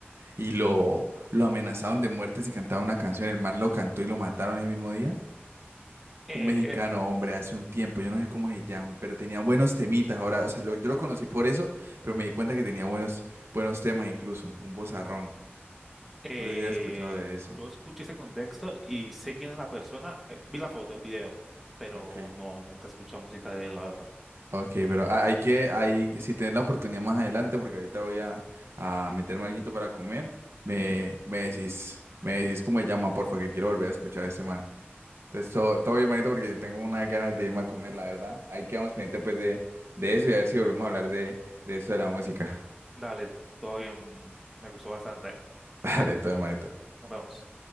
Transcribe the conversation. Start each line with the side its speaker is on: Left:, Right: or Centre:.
Right: y lo, lo amenazaron de muerte si cantaba una canción. El man lo cantó y lo mataron ese mismo día.
Centre: Eh,
Right: Un mexicano,
Centre: eh,
Right: hombre, hace un tiempo, yo no sé cómo se llama, pero tenía buenos temitas ahora, o sea, lo- yo lo conocí por eso, pero me di cuenta que tenía buenos, buenos temas incluso, un vozarrón.
Centre: eh,
Right: No sé si has escuchado de eso.
Centre: yo escuché ese contexto y sé quién es la persona, eh, vi la foto, el video, pero
Right: Ok.
Centre: no, nunca escuché música de él, la verdad.
Right: Ok, pero ha- hay que, hay, si tienes la oportunidad más adelante, porque ahorita voy a, a meterme alguito para comer, me, me decís, me decís cómo se llama, porfa, que quiero volver a escuchar ese man. Entonces, todo, todo bien, manito, porque tengo unas ganas de irme a comer, la verdad. Ahí quedamos pendientes, pues, de, de eso y a ver si volvemos a hablar de, de eso de la música.
Centre: Dale, todo bien, me gustó bastante.
Right: <laughs> Dale, todo bien, manito.
Centre: Nos vemos.